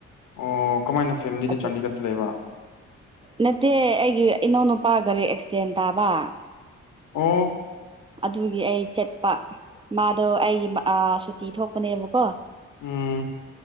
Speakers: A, on the left; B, on the right.
A: ꯑꯣ ꯀꯃꯥꯏꯅ ꯐꯦꯃꯤꯂꯤꯗ
B: ꯑꯗꯨ
A: ꯆꯥꯟꯗꯤꯒꯔꯗꯥ ꯂꯩꯕ
B: ꯅꯠꯇꯦ ꯑꯩꯒꯤ ꯏꯅꯧꯅꯨꯄꯥ ꯒꯥꯔꯤ ꯑꯦꯛꯁꯤꯗꯦꯟ ꯇꯥꯕ
A: ꯑꯣ
B: ꯑꯗꯨꯒꯤ ꯑꯩ ꯆꯠꯄ ꯃꯥꯗꯣ ꯑꯩꯒꯤ ꯁꯨꯇꯤ ꯊꯣꯛꯄꯅꯦꯕꯀꯣ
A: ꯎꯝ